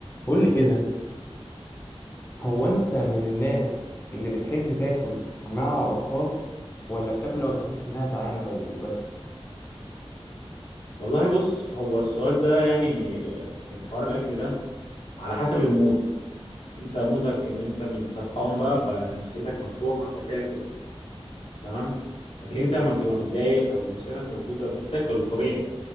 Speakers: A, on the left (about 20°); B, on the left (about 65°).
A: قول لي كده هو انت من الناس اللي بتحب تاكل مع بطال ولا بتاكل لما بتحس انها جعانه وبس
B: والله بص هو السؤال ده يعني يعني حوار الاكل ده على حسب المود انت مودك ان انت من فرحان بقى فنفسيتك مفتوحه فتاكل تمام لكن انت لما بتبقى متضايق او نفسيتك مسدوده مش هتاكل طبيعي